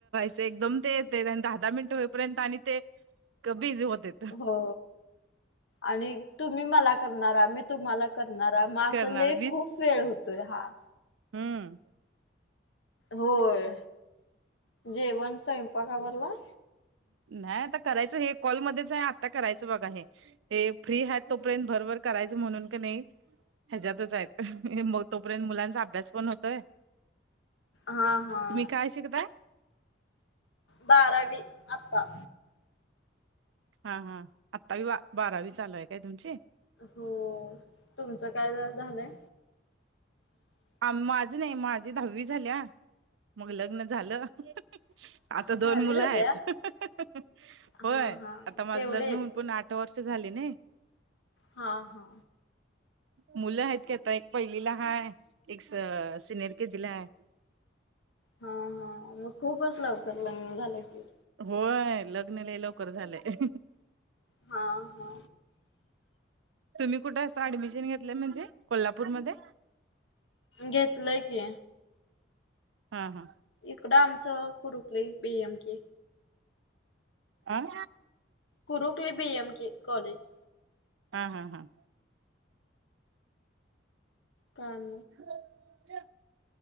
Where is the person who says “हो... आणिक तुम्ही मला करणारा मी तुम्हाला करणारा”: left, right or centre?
Left